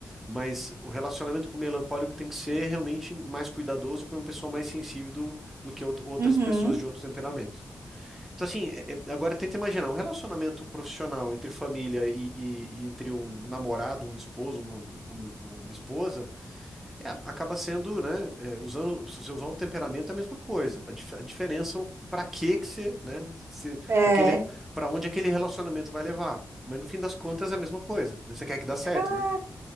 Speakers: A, in the centre; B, on the right.
A: Mas o relacionamento com o melancólico tem que ser realmente mais cuidadoso para uma pessoa mais sensível do, do que out- outras
B: uhum.
A: pessoas de outros temperamentos. Então, assim, é- é- agora tenta imaginar um relacionamento profissional entre família e, e- e entre um namorado, um esposo, uma, uma mu- uma- uma esposa. É, acaba sendo, né? é, usando, se você usar o temperamento é a mesma coisa. A, dif- a diferença é o para que que você, né? Se
B: É.
A: aquele, para onde aquele relacionamento vai levar. Mas no fim das contas é a mesma coisa. né? Você quer que dá certo,
B: Cara,
A: né?